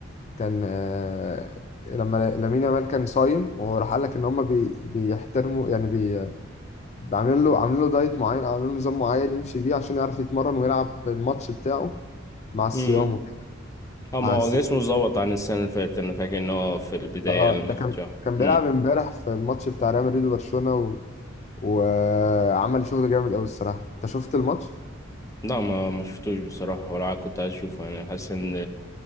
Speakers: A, on the left; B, on the left.
A: كان آه، لما لامين يامال كان صايم وراح قال لك ان هم بي بيحترموا يعني بي عاملين له عاملين له دايت معين او عاملين له نظام معين يمشي بيه عشان يعرف يتمرن ويلعب الماتش بتاعه مع الصيام
B: امم
A: وكده
B: اما
A: فحسيت
B: هو جسمه ظبط عن السنة اللي فاتت انا فاكر ان هو في البداية
A: اه آه،
B: لما
A: ده كان
B: شفته
A: كان بيلعب
B: امم
A: امبارح في الماتش بتاع ريال مدريد وبرشلونة وعمل شغل جامد قوي الصراحه انت شفت الماتش
B: لا ما ما شفتوش بصراحة ولا كنت عايز اشوفه يعني حاسس ان